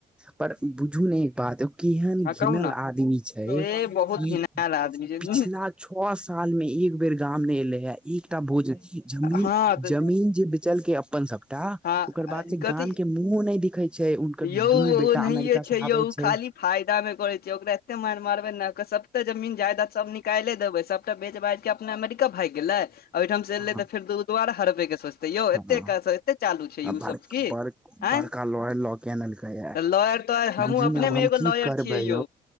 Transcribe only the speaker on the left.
हँ
कहू ने
से बहुत
घिनायल आदमी छै
हँ
हँ
कथी
यौ
ओनाहिये
छै
यौ
खाली फायदा मे करे छै ओकरा एते मारि मारबे ने सबे जमीन जायदा सब नि की काल्हे देबै सबटा बेच बाच कऽ अपना अमेरिका भागि गेले, एतऽ से
एले तऽ फेर दऽ दुबार होबयके? तऽ यौ, एतेक
एतेक चालू छै। ओ
सभ की
आँ?
लॉयर तऽ हमहूँ
अपनेमे
एगो
लॉयर
छियै यौ।